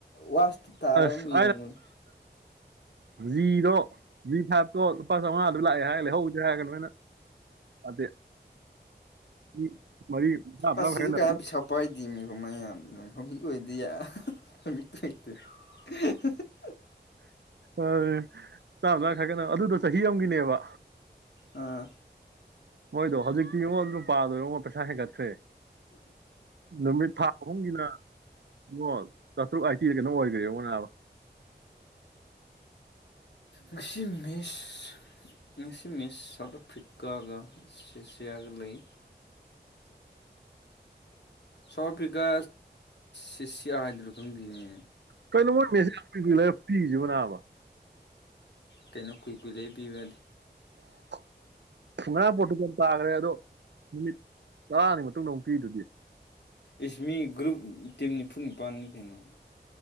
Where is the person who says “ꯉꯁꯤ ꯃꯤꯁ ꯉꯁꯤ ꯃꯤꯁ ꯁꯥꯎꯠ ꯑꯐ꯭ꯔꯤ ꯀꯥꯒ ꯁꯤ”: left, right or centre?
Left